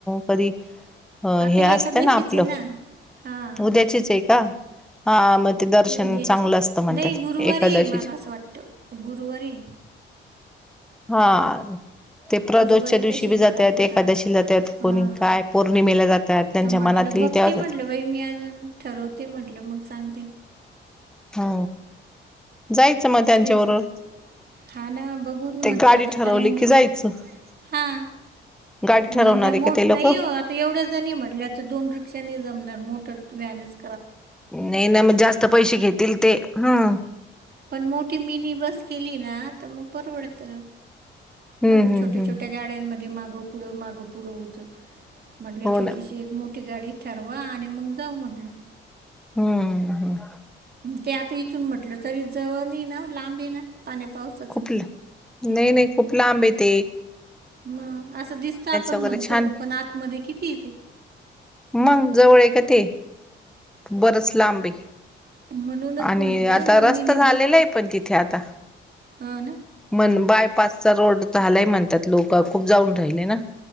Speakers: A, in the centre; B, on the right (about 50°).
A: कधी अ
B: आता
A: हे
B: एकादशीच
A: असतं ना आपलं
B: आहे हां
A: उद्याचीच आहे का? हा मग ते दर्शन
B: उद्याची,
A: चांगलं असतं म्हणतात
B: नाही गुरुवारी
A: एकादशीच
B: आहे मला असं वाटत गुरुवारी आहे.
A: हा, ते प्रदोषच्या
B: गुरुवारी
A: दिवशी
B: का शनिवारी
A: बी जात्यात, एकादशीला
B: हां
A: जात्यात
B: हां
A: कोणी काय? पौर्णिमेला जातात त्यांच्या
B: तर म्हटलं
A: मनातली
B: बघते
A: तेव्हा
B: म्हटलं
A: जात
B: बाई मी आजून ठरवते म्हटल मग सांगते.
A: हा जायचं मग त्यांच्याबरोबर
B: तेच हा ना बघून
A: ते
B: म्हटलं
A: गाडी
B: आता
A: ठरवली
B: टाइम बी
A: की जायचं
B: हा.
A: गाडी ठरवणार
B: द
A: आहे
B: मठ
A: का ते लोक
B: नाहीई हो. एवढ्या जणी म्हटल्या तर दोन रिक्षानी जमणार मोटर व्हॅनच
A: नाही ना मग जास्त पैसे घेतील ते हम्.
B: पण मोठी मिनी बस केली ना तर मग परवडत
A: हम्म
B: असं
A: हम्म
B: छोट्या
A: हम्म
B: छोट्या गाड्यांमध्ये माग पुढ माग पुढं होत म्हट
A: हो
B: छोटीशी
A: ना
B: एक मोठी ी गाडी ठरवा आणि मग जाऊ म्हटलं.
A: हम्म हम्म हम्.
B: ते आता इथून म्हटलं तरी जवण ना लांबी ना पाण्या पावस
A: खूप नाही नाही खूप लांब येत.
B: म असं दिसत आपण
A: वगैरे
B: म्हणतो
A: छान
B: पण आतमध्ये किती येते.
A: मंग जवळ आहे का ते बरच लांबे.
B: म्हणूनच
A: आणि
B: म्हटलं
A: आता
B: मग
A: रस्ता
B: मिनी
A: झालेला आहे पण तिथे आता
B: हो ना.
A: मण बायपासचा रोड झालाही म्हणतात लोक खूप जाऊन राहि ना